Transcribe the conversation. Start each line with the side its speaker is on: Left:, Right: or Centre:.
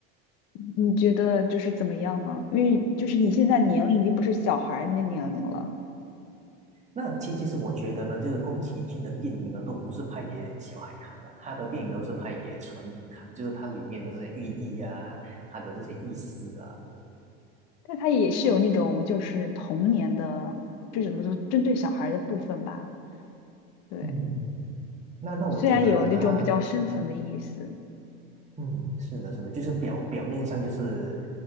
Left: 你觉得就是怎么样呢？因为就是你现在年龄已经不是小孩儿那年龄了，
Right: 那其其实我觉得呢，就是宫崎骏的电影呢，都不是拍给小孩看的，他的电影都是拍给成人看的，就是它里面的这些寓意啊，它的这些意思啊，
Left: 但他也是有那种就是童年的，就怎么说针对小孩儿的部分吧。对，
Right: 嗯，那那我觉得呢，
Left: 虽然有那种比较深层的意思，
Right: 他嗯，是的，是的，就是表表面上就是